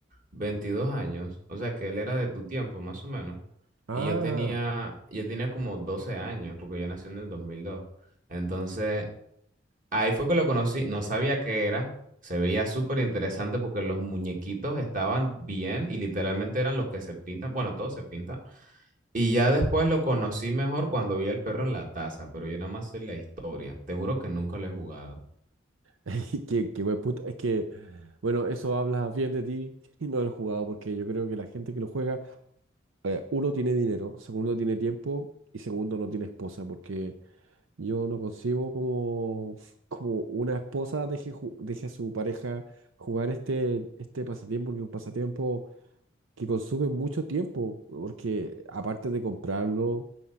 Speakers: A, on the right; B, on the right.
A: 22 años. O sea que él era de tu tiempo, más o menos.
B: ah.
A: Y yo tenía, yo tenía como 12 años, porque yo nací en el dos mil dos, Entonces... Ahí fue que lo conocí, no sabía qué era, se veía súper interesante porque los muñequitos estaban bien y literalmente eran los que se pintan, bueno, todos se pintan. Y ya después lo conocí mejor cuando vi al perro en la taza, pero yo nada más sé la historia, te juro que nunca lo he jugado.
B: <laughs> Qué, qué buen punto. Es que, bueno, eso habla bien de ti <laughs> y no del jugado, porque yo creo que la gente que lo juega, eh, uno tiene dinero, segundo tiene tiempo y segundo no tiene esposa, porque yo no concibo como, <laughs> como una esposa deje, ju- deje a su pareja jugar este, este pasatiempo, porque es un pasatiempo que consume mucho tiempo, porque aparte de comprarlo,